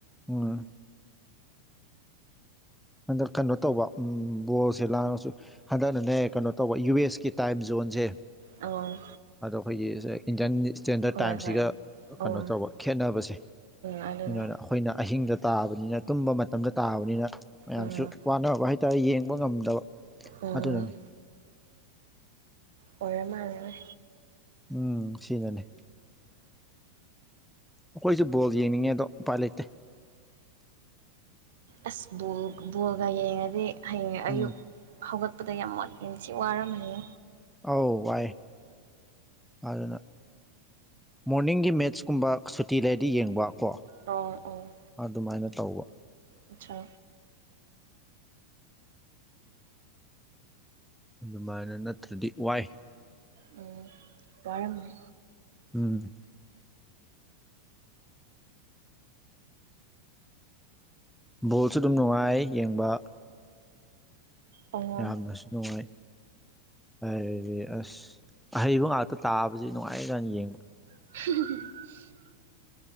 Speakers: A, in the centre; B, on the right.
A: ꯎꯍ ꯍꯟꯗꯛ ꯀꯩꯅꯣ ꯇꯧꯕ ꯎꯝ ꯕꯣꯜꯁꯦ ꯂꯥꯡꯉꯁꯨ ꯍꯟꯗꯛꯅꯅꯦ ꯀꯩꯅꯣ ꯇꯧꯕ ꯌꯨ ꯑꯦꯁ ꯀꯤ ꯇꯥꯏꯝ ꯖꯣꯟꯁꯦ
B: ꯑꯥ
A: ꯑꯗꯣ ꯑꯩꯈꯣꯏꯒꯤ ꯁꯦ ꯏꯟꯗꯤꯌꯟ ꯏꯁꯇꯦꯟꯗꯔꯠ
B: ꯍꯣꯏ
A: ꯇꯥꯏꯝꯁꯤꯒ
B: ꯍꯣꯏ ꯑꯣ
A: ꯀꯩꯅꯣ
B: ꯎꯝ
A: ꯇꯧꯕ ꯈꯦꯠꯅꯕꯁꯦ
B: ꯑꯗꯨꯅꯦ
A: ꯑꯗꯨꯅ ꯑꯩꯈꯣꯏꯅ ꯑꯍꯤꯡꯗ ꯇꯥꯕꯅꯤꯅ ꯇꯨꯝꯕ ꯃꯇꯝꯗ ꯇꯥꯕꯅꯤꯅ ꯃꯌꯥꯝꯁꯨ
B: ꯎꯝ
A: ꯋꯥꯅꯕ ꯍꯥꯏꯇꯥꯔꯦ ꯌꯦꯡꯕ ꯉꯝꯗꯕ
B: ꯎꯝ
A: ꯑꯗꯨꯅꯅꯤ
B: ꯑꯣꯏꯔꯥ ꯃꯥꯜꯂꯦꯅꯦ
A: ꯎꯝ ꯁꯤꯅꯅꯤ ꯑꯩꯈꯣꯏꯁꯨ ꯕꯣꯜ ꯌꯦꯡꯅꯤꯡꯉꯦ ꯑꯗꯣ ꯎꯄꯥꯏ ꯂꯩꯇꯦ꯫
B: ꯑꯁ ꯕꫭꯜ ꯕꯣꯜꯒ ꯌꯦꯡꯉꯗꯤ ꯍꯌꯦꯡ ꯑꯌꯨꯛ
A: ꯎꯝ
B: ꯍꯧꯒꯠꯄꯗ ꯌꯥꯝ ꯃꯣꯠ ꯌꯥꯝ ꯊꯤ ꯋꯥꯔꯝꯃꯦꯍꯦ
A: ꯑꯥꯎ ꯋꯥꯏ ꯑꯗꯨꯅ ꯃꯣꯔꯅꯤꯡꯒꯤ ꯃꯦꯠꯁꯀꯨꯝꯕ ꯁꯨꯇꯤ ꯂꯩꯔꯗꯤ ꯌꯦꯡꯕꯀꯣ
B: ꯇꯧ ꯑꯣ
A: ꯑꯗꯨꯃꯥꯏꯅ ꯇꯧꯕ
B: ꯑꯠꯁꯥ
A: ꯑꯗꯨꯃꯥꯏꯅ ꯅꯠꯇ꯭ꯔꯗꯤ ꯋꯥꯏ
B: ꯎꯝ ꯋꯥꯔꯝꯅꯤ
A: ꯎꯝ꯫ ꯕꯣꯜꯁꯨ ꯑꯗꯨꯝ ꯅꯨꯡꯉꯥꯏ ꯌꯦꯡꯕ
B: ꯑꯣ
A: ꯌꯥꯝꯅꯁꯨ ꯅꯨꯡꯉꯥꯏ ꯍꯥꯏꯔꯗꯤ ꯑꯁ ꯑꯍꯩꯕ ꯉꯥꯛꯇ ꯇꯥꯕꯁꯤ ꯅꯨꯡꯉꯥꯏꯖꯥꯠꯅꯤ ꯌꯦꯡꯕ
B: <inaudible>